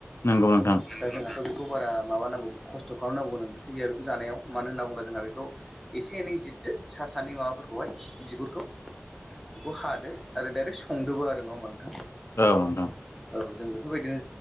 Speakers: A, on the left; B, in the centre.
A: नंगौ नोंथां।
B: दा जोंहाथ' बेखौ बारा माबानांगौ खस्थ' खालामनांगौ नोंसि गैया बेखौ जानायाव मानो होनना बुङोब्ला जोंहा बेखौ एसे एनै जिरदो सा सानै माबाफोरखौहाय बिगुरखौ बेखौ हादो आरो डाइरेक्ट संदबो आरो नङा होमबा नोंथां
A: औ नोंथां
B: औ जों बेफोरबायदिनो